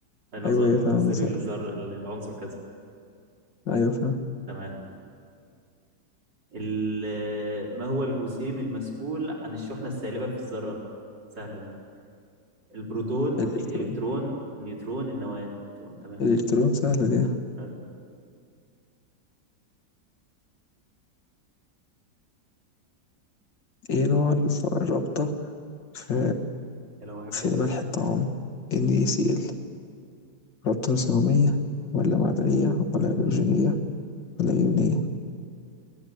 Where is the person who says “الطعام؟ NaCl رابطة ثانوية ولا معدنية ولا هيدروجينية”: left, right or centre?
Left